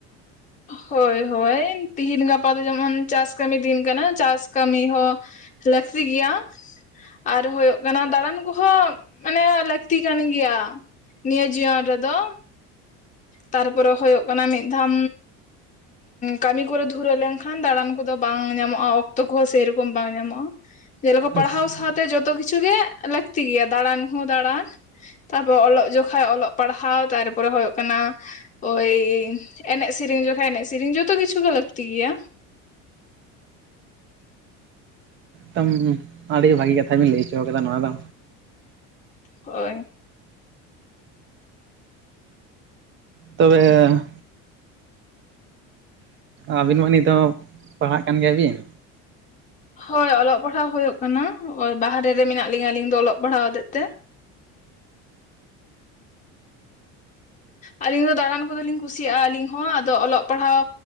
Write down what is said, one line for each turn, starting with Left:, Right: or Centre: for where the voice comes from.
Left: ᱦᱳᱭ ᱦᱳᱭ ᱛᱤᱦᱤᱧ ᱜᱟᱯᱟ ᱫᱚ ᱡᱮᱢᱚᱱ ᱪᱟᱥ ᱠᱟᱹᱢᱤ ᱫᱤᱱ ᱠᱟᱱᱟ ᱪᱟᱥ ᱠᱟᱹᱢᱤ ᱦᱚᱸ ᱞᱟᱹᱠᱛᱤ ᱜᱮᱭᱟ ᱟᱨ ᱦᱩᱭᱩᱜᱳᱜ ᱠᱟᱱᱟ ᱫᱟᱬᱟᱱ ᱠᱚᱦᱚᱸ ᱢᱟᱱᱮ ᱞᱟᱹᱠᱛᱤ ᱠᱟᱱ ᱜᱮᱭᱟ ᱱᱤᱭᱟᱹ ᱡᱤᱭᱚᱱ ᱨᱮᱫᱚ ᱛᱟᱨᱯᱚᱨᱮ ᱦᱩᱭᱩᱜ ᱠᱟᱱᱟ ᱢᱤᱫ ᱫᱷᱟᱣ ᱠᱟᱹᱢᱤ ᱠᱚᱨᱮ ᱫᱷᱩᱨᱟᱹ ᱞᱮᱱᱠᱷᱟᱱ ᱫᱟᱬᱟᱱ ᱠᱚᱫᱚ ᱵᱟᱝ ᱧᱟᱢᱚᱜᱼᱟ ᱚᱠᱛᱚ ᱠᱚᱦᱚᱸ ᱥᱮᱨᱚᱠᱚᱢ ᱵᱟᱝ ᱧᱟᱢᱚᱜᱼᱟ ᱡᱮᱞᱮᱠᱟ ᱯᱟᱲᱦᱟᱣ
Right: ᱮᱠᱫᱚᱢ
Left: ᱥᱟᱶᱛᱮ ᱡᱚᱛᱚ ᱠᱤᱪᱷᱩ ᱜᱮ ᱞᱟᱹᱠᱛᱤ ᱜᱮᱭᱟ ᱫᱟᱬᱟᱱ ᱦᱚᱸ ᱫᱟᱬᱟᱱ ᱛᱟᱯᱚᱨ ᱚᱞᱚᱜ ᱡᱠᱷᱚᱱ ᱚᱞᱚᱜ ᱯᱟᱲᱦᱟᱣ ᱛᱟᱨᱯᱚᱨᱮ ᱦᱩᱭᱩᱜ ᱠᱟᱱᱟ ᱳᱭ ᱮᱱᱮᱡ ᱥᱮᱨᱮᱧ ᱡᱠᱷᱚᱱ ᱮᱱᱮᱡ ᱥᱮᱨᱮᱧ ᱡᱚᱛᱚ ᱠᱤᱪᱷᱩ ᱜᱮ ᱞᱟᱹᱠᱛᱤ ᱜᱮᱭᱟ
Right: ᱛᱟᱢ ᱟᱹᱰᱤ ᱵᱷᱟᱹᱜᱤ ᱠᱟᱛᱷᱟ ᱵᱮᱱ ᱞᱟᱹᱭ ᱪᱚᱣ ᱠᱟᱫᱟ ᱱᱚᱣᱟ ᱫᱚ
Left: ᱦᱳᱭ
Right: ᱛᱚᱵᱮ ᱟᱹᱵᱤᱱ ᱢᱟ ᱱᱤᱛᱚᱜ ᱯᱟᱲᱦᱟᱜ ᱠᱟᱱ ᱜᱮᱭᱟᱵᱤᱱ
Left: ᱦᱳᱭ ᱚᱞᱚᱜ ᱯᱟᱲᱦᱟᱣ ᱦᱩᱭᱩᱭᱳᱜ ᱠᱟᱱᱟ ᱵᱟᱦᱨᱮ ᱨᱮ ᱢᱮᱱᱟᱜ ᱞᱤᱧᱟᱹ ᱟᱹᱞᱤᱧ ᱫᱚ ᱚᱞᱚᱜ ᱯᱟᱲᱦᱟᱣ ᱦᱚᱛᱮᱜ ᱛᱮ ᱟᱹᱞᱤᱧ ᱫᱚ ᱫᱟᱬᱟᱱ ᱠᱚᱫᱚ ᱞᱤᱧ ᱠᱩᱥᱤᱭᱟᱜᱼᱟ ᱟᱹᱞᱤᱧ ᱦᱚᱸ ᱟᱫᱚ ᱚᱞᱚᱜ ᱯᱟᱲᱦᱟᱣ